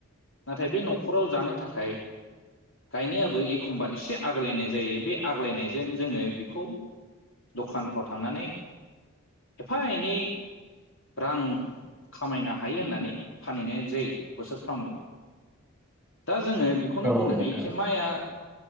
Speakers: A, on the left; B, in the centre.
A: नाथाय बे न'खराव जानो थाखाय गायनायाबो एखमबा एसे आग्लायनाय जायो। बे आग्लायनायजों जोङो बिखौ दखानफ्राव थांनानै एफा एनै रां खामायनो हायो होननानै फानहैनाय जायो बोसोरफ्रामबो।
B: <inaudible>
A: दा जोङो बेखौनो
B: औ
A: बुंनो
B: नोंथां
A: हायोखि माइआ